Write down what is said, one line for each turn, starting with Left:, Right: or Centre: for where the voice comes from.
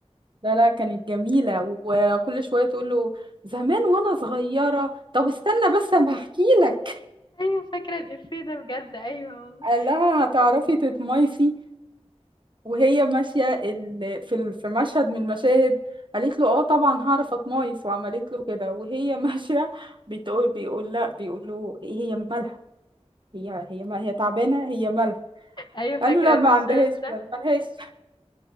Right: لا لا كانت جميلة وكل شوية تقول له زمان وأنا صغيرة طب استنى بس أما أحكي لك
Left: ايوه فاكره الافيه ده بجد ايوه والله
Right: قال لها هتعرفي تتميسي وهي ماشية ال... في ال- في مشهد من المشاهد قالت له اه طبعا هعرف اتمايص وعملت له كده وهي <laughs> ماشية بتقول بيقول لا بيقول له إيه هي مالها هي هي ما هي تعبانة هي مالها
Left: ايوه
Right: قال
Left: فاكره
Right: له لا
Left: المشهد
Right: ما عندهاش
Left: ده
Right: ما- مالهاش <laughs>